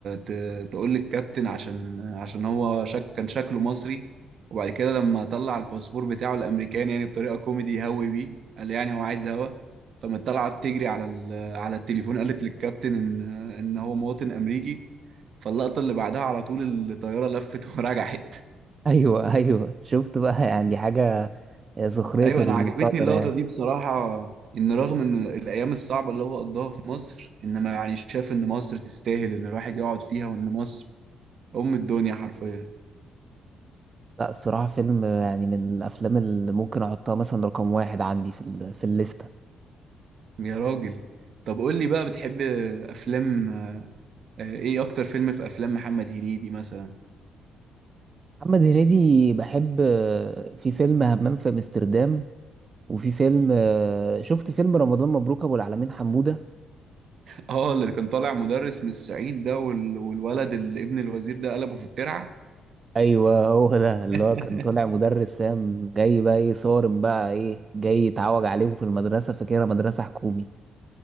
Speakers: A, on the right (about 60°); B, on the right (about 35°).
A: ت- تقول للكابتن عشان عشان هو شك كان شكله مصري وبعد كده لما طلع الباسبور بتاعه الامريكاني يعني بطريقه كوميدي هوي بيه قال يعني هو عايز هوا فما طلعت تجري على ال- على التليفون قالت للكابتن ان ان هو مواطن امريكي فاللقطه اللي بعدها على طول الطياره لفت <laughs> ورجعت
B: <laughs> ايوه ايوه شفت بقى يعني حاجة سخرية
A: ايوه
B: القدر
A: انا عجبتني اللقطه
B: يعني
A: دي بصراحه ان رغم ان الايام الصعبه اللي هو قضاها في مصر انما يعني شاف ان مصر تستاهل ان الواحد يقعد فيها وان مصر ام الدنيا حرفيا
B: لا الصراحة فيلم يعني من الافلام اللي ممكن احطها مثلا رقم واحد عندي في ال... في الليست
A: يا راجل طب قول لي بقى بتحب افلام آه، ايه اكتر فيلم في افلام محمد هنيدي مثلا
B: محمد هنيدي بحب آه، في فيلم همام في امستردام وفي فيلم آه، شفت فيلم رمضان مبروك ابو العلمين حمودة
A: <laughs> اه اللي كان طالع مدرس من الصعيد ده وال- والولد ال- ابن الوزير ده قلبه في الترعه
B: ايوه هو ده اللي
A: <laughs>
B: هو كان طالع مدرس فاهم جاي بقى ايه صارم بقى ايه جاي يتعوج عليهم في المدرسة فاكرها مدرسة حكومي